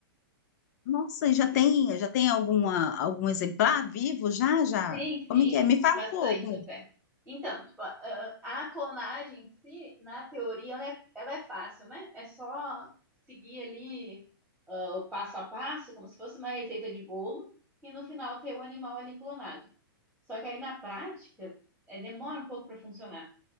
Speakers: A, on the left; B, in the centre.
A: Nossa, e já tem, já tem alguma, algum exemplar vivo? Já, já?
B: Sim,
A: Como
B: sim,
A: é que é? Me fala
B: bastante
A: um pouco.
B: até. Então, tipo, a, a clonagem em si, na teoria, ela é, ela é fácil, né? É só seguir ali ah, o passo a passo, como se fosse uma receita de bolo, e no final ter o animal ali clonado. Só que aí na prática, é, demora um pouco para funcionar.